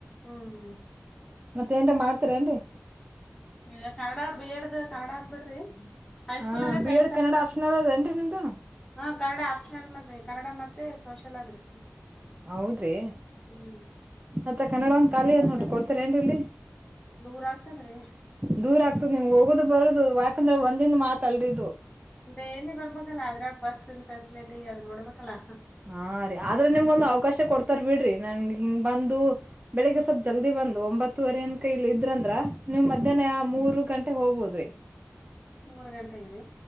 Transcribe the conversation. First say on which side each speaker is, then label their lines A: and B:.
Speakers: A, on the left; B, on the right.
A: ಹ್ಮ್.
B: ಮತ್ತೇಟ ಮಾಡ್ತಾರೇನ್ರಿ.
A: ಇಗ ಕನ್ನಡ ಬಿ ಎಡ್್ದ ಕನ್ನಡ ಅಂದ ಬಿಿಡ್ರಿ ಹೈಸ್ಕೂಲ್
B: ಹಾ
A: ಅಂದ್ರೆ
B: ಬಿ
A: ಟೆಂತ್
B: ಎಡ್ ಕನ್ನಡ
A: ಅಂತ.
B: ಆಪ್ಷನಲ್ ಅದೇನ್ರಿ ನಿಮ್ದು
A: ಹಾ ಕನ್ನಡ ಆಪ್ಷನಲ್ ಮತ್ೆ ಕನ್ನಡ ಮತ್ತೆ. ಅದ್ರಿ
B: ಹೌದ್ರಿ
A: ಹ್ಮ್
B: ಮತ್ತೆ ಕನ್ನಡ ಒಂದ ಖಾಲಿ ಅದ
A: ಮತ್ತ್
B: ನೋಡ್ ಕೊಡ್ತಾರ ಏನ್ ಇಲ್ಲಿ
A: ದೂರ ಆಗ್ತದ್ರಿ
B: ದೂರ ಆ. ನಿಮ್ಗೆ ಹೋಗೋುದು ಬರುದು ಯಾಕಂದ್ರೆ ಒಂದಿನ ಮಾತ್ ಅಲ್ರ.
A: ಡೈಲಿ ಬರ್ಬೇಕಲ್ಲ ಅದ್ರೆ ಬಸ್ಸನ್ ಫೆಸಿಲಿಟಿ ಅದ್ ನೋಡ್ಬ. ಕಲಾ.
B: ಹಾ ರೀ ಆದ್ರೆ ನಿಮ್ಗೊಂದ ಅವಕಾಶ ಕೊಡ್ತಾರ ಬಿಡ್ರಿ ನನ್ಗೆ ಹಿಂಗ. ಬಂದು ಬೆಳಿಗ್ಗೆ ಸ್ವಲ್ಪ್ ಜಲ್ದಿ ಬಂದು ಒಂಬತ್ತುವರೆ ಅನ್ ಕೈ ಇಲ್ಲಿ ಇದ್ರಂದ್ರ. ನೀವ್
A: ಹ್ಮ್.
B: ಮಧ್ಯಾಹ್ನ ಮೂರು ಗಂಟೆ. ಹೋಗ್ಬೋದ್ರಿ.
A: ಮೂರ್ ಗಂಟೆ ಆಗಿದೆ.